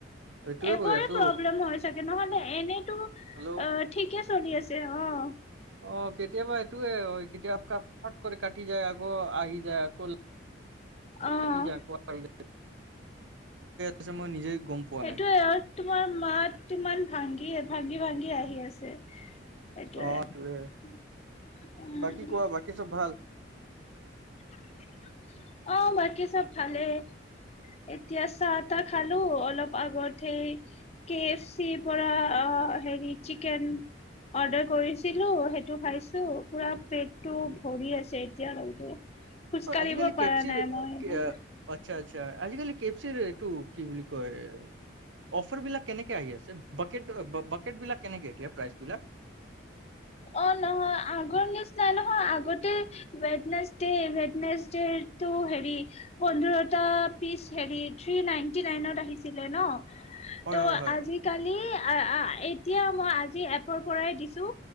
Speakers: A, on the right; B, on the left.
A: এইটোৱে
B: এপৰে
A: কৈ আছো
B: প্ৰব্লেম হয় চাগে নহলে এনেতো
A: হেল্ল'
B: অ ঠিকে চলি আছে। অ',
A: অ কেতিয়াবা এইটোয়ে হয় কেতিয়াবা ক ফ কৰি কাটি যায় আকৌ আহি যায় আকৌ।
B: অ'।
A: কাটি যাই আকৌ‌‌ আহি যায় ‌। ছে মই নিজেই গম পোৱা
B: সেইটোয়ে
A: নাই।
B: আৰু তোমাৰ মাত ইমান ভাংগি -ভাংগি -ভাংগি আহি আছে। সেইটোৱে
A: অ এইটোৱে
B: ওহ।
A: বাকী কোৱা বাকী চব ভাল
B: <inaudible> অহ বাকী চব ভালেই। এতিয়া চাহ -তাহ খালো অলপ আগত সেই কে এফ চি পৰা অহ হেৰি চিকেন অৰ্ডাৰ কৰিছিলো সেইটো খাইছো পুৰা পেটটো ভৰি আছে এতিয়ালৈকে। খোজ
A: অ',
B: কাঢ়িব
A: আজিকালি
B: পৰা
A: কেপচিৰ
B: নাই মই ইমান
A: কি অহ আচ্ছা আচছা আজিকালি কেপচিৰ এইটো কি বুলি কয় অফাৰবিলাক কেনেকে আহি আছে বাকেট- বাকেটবিলাক কেনেকে এতিয়া প্ৰাইচবিলাক?
B: অহ, নহয় আগৰ নিচনাই নহয় আগতে ৱেডনেছডে ৱেডনেছ ডেৰ টো হেৰি পোন্ধৰটা পিচ হেৰি নাইটি নাইনত আহিছিলে ন'ত'
A: হয় হয় হয়
B: আজিকালি আ- আ এতিয়া মই আজি এপৰ পৰাই দিছো